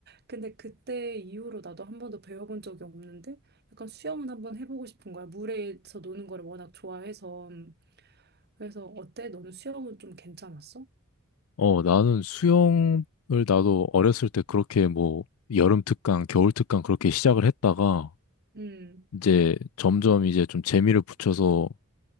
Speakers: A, on the right; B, on the left.
A: 근데 그때 이후로 나도 한 번도 배워본 적이 없는데 약간 수영은 한번 해보고 싶은 거야. 물에서 노는 거를 워낙 좋아해서. 그래서 어때? 너는 수영은 좀 괜찮았어?
B: 어, 나는 수영을 나도 어렸을 때 그렇게 뭐 여름 특강, 겨울 특강 그렇게 시작을 했다가
A: 음.
B: 이제 점점 이제 좀 재미를 붙여서